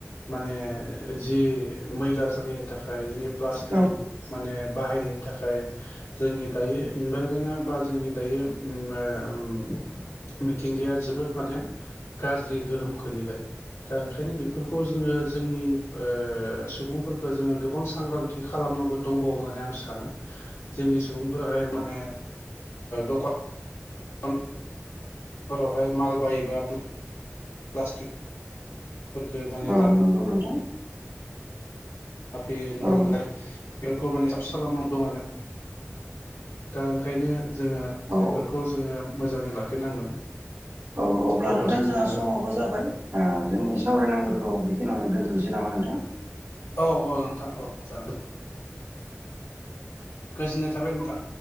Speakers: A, on the left; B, on the right.
A: माने जि मैला जानायनि थाखाय जोंनि प्लास्टिक
B: औ
A: माने बाहायनायनि थाखाय जोंनि दायो इनभाइरमेन्टआ बा जोंनि दायो उम
B: <inaudible>
A: मिथिंगाया जोबोद माने गाज्रि गोहोम खोलैबाय दा ओंखायनो बेफोरखौ जोङो जोंनि ओ सुबुंफोरखौ जोङो गोबां सांग्रांथि खालामनांगौ दंबावो होननानै आं सानो जोंनि सुबुंफोराहाय माने लक <unintelligible> फोरफोरावहाय माल बायोबा प्लास्टिकफोरखो माने
B: औ
A: ला <unintelligible>
B: नंगौ नोंथां
A: फैयो न
B: औ
A: <unintelligible> बेफोरखौ माने साबिसानाव <unintelligible> दङ। दा ओंखायनो जोङो
B: औ
A: बेफोरखौ जोङो मोजाङै लाखिनांगोन।
B: औ अब्ला
A: अब्लासो
B: नोंथां जोंहा
A: जों
B: समावबो
A: जागोन
B: जाबाय जोंनि सावरायनांगौखौ बेखिनियावनो दोन थ'सै नामा नोंथां
A: औ औ नोंथां औ जागोन गोजोननाय थाबाय नोंथां